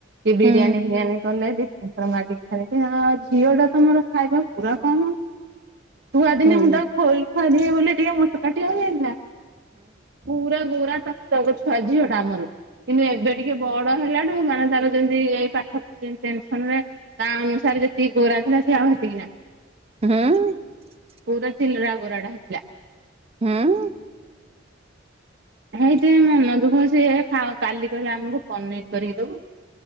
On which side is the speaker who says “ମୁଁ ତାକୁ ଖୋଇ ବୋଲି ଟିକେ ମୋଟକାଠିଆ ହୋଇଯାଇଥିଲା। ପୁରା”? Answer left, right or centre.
Right